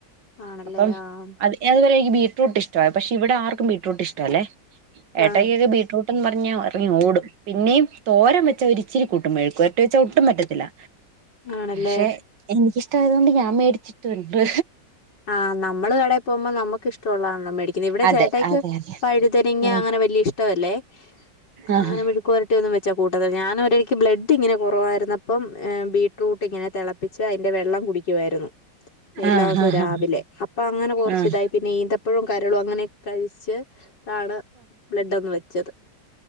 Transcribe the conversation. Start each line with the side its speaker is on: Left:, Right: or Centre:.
Left: ആണല്ലേ
Right: അപ്പം
Left: ആഹ്
Right: അത് അതുപോലെ എനിക്ക് ബീടറൂട്ട് ഇഷ്ട പക്ഷെ ഇവിടെ ആർക്കും ബീടറൂട്ട് ഇഷ്ടല്ലെ ഏട്ടയ്
Left: ആഹ്
Right: ബീട്റൂട്ട്ന്ന് പറഞ്ഞ ഇറങ്ങിഓടും പിന്നെയും തോരം വെച്ചാ ഒരിച്ചിരി കൂട്ടും മെഴുകിവെര്റ്റി വെച്ചാ ഒട്ടും പറ്റത്തില്ല
Left: ആണല്ലേ
Right: ക്ഷെ എനിക്കിഷ്ടായോണ്ട് ഞാൻ മേടിച്ചിട്ടുംണ്ട്
Left: ആഹ് നമ്മള് കടയിൽ പോകുമ്പോൾ നമ്മുക്ക് ഇഷ്ടമള്ളതാണോ മേടിക്കുന്നത് ഇവിടെ
Right: അതെ
Left: ചേട്ടേയ്ക്ക്
Right: അതെ അതെ
Left: വഴുതനിങ്ങ
Right: ഉം
Left: അങ്ങനെ വലിയ ഇഷ്ടവല്ലേ
Right: ആഹ്
Left: അങ്ങനെ മെഴുകു റ്റൊന്നും വെച്ചാ കൂട്ടത്ത ഞാനൊ ഒരിക്ക് ബ്ലഡ്ങ്ങനെ കുറവായിരുന്നപ്പം എഹ് ബീട്രൂട്ട് ഇങ്ങനെ തിള പ്പിച്ച് അയ്ന്റെ വെള്ളം കുടിക്കുവായിരുന്നു <unintelligible>
Right: ആഹ്
Left: പൊ
Right: ആഹ്
Left: രാവിലെ അപ്പൊ അങ്ങനെ കൊറച്ച്
Right: ആഹ്
Left: ഇതായി പിന്നെ ഈന്തപ്പഴും കരളും അങ്ങനെൊക്കെ കഴിച്ച് താണ് ബ്ലഡ് ഒന്ന് വെച്ചത്